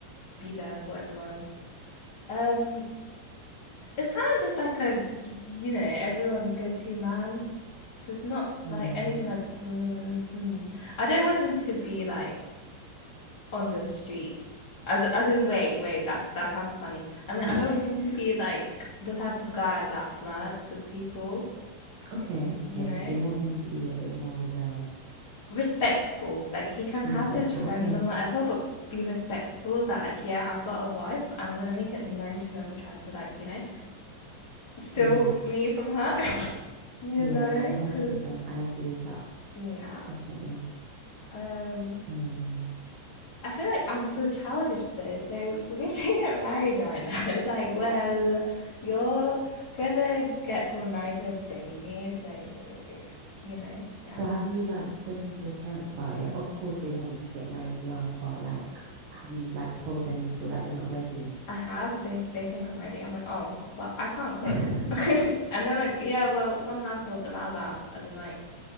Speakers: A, on the left (about 30°); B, on the right (about 60°).
A: be there for everyone. Um, it's kind of just like a, you know, everyone's go-to man. There's not
B: yeah.
A: like anything I, mm, hmm. I don't want him to be like on the streets. As as in, wait, wait, that that sounds funny. I mean,
B: <laughs>
A: I don't want him to be like the type of guy that flirts with people,
B: Okay, okay.
A: you know?
B: So you want him to be a bit more reserved,
A: Respectful. Like he can
B: respectful.
A: have his friends
B: Okay.
A: and whatever, but be respectful that like, yeah, I've got a wife and I'm gonna make it known to whoever tries to like, you know, steal
B: Yeah.
A: me from her. <laughs> you
B: Yeah,
A: know,
B: no, 100%.
A: because
B: I agree with that.
A: yeah.
B: Definitely.
A: Um
B: Hmm.
A: I feel like I'm still childish though. So for me <laughs> to get married right now, it's like, well,
B: <laughs>
A: you're gonna get someone married to a baby. So, you know, yeah.
B: So have you like spoken to your parents about it? Of course they want you to get married young, but like have you like told them you feel like you're not ready?
A: I have. They they think I'm ready. I'm like, oh, but I can't cook.
B: <laughs>
A: <laughs> and they're like, yeah, well, some households allow that, as in like,